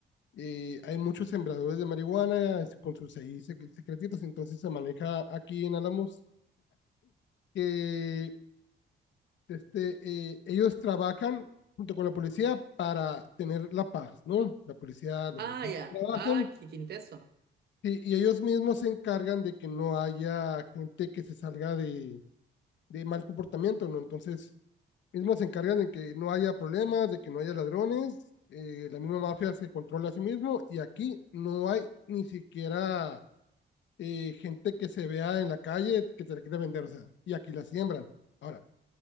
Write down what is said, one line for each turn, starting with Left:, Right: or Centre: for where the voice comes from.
Left: eh, hay muchos sembradores de marihuana es- con sus ahí sec- secretitos. Entonces, se maneja aquí en Álamos que este, eh, ellos trabajan junto con la policía para tener la paz, ¿no? La policía los
Right: Ah,
Left: dejan
Right: ya.
Left: que trabajen
Right: Ah, qué, qué intenso.
Left: sí, y ellos mismos se encargan de que no haya gente que se salga de, de mal comportamiento, ¿no? Entonces mismos se encargan de que no haya problemas, de que no haya ladrones, eh, la misma mafia se controla a sí mismo y aquí no hay ni siquiera eh, gente que se vea en la calle que te la quiera vender, o sea, y aquí la siembran. Ahora,